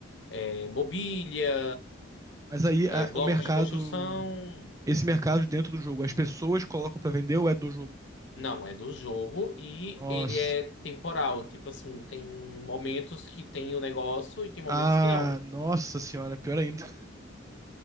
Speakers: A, on the left; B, on the right.
A: é, mobília,
B: Mas aí
A: é,
B: a-
A: blocos
B: o mercado.
A: de construção.
B: Esse mercado dentro do jogo, as pessoas colocam pra vender ou é do jogo?
A: Não, é do jogo e
B: Nossa.
A: ele é temporal. Tipo assim, tem momentos que tem o negócio e tem momentos
B: Ah,
A: que não.
B: nossa senhora, pior ainda.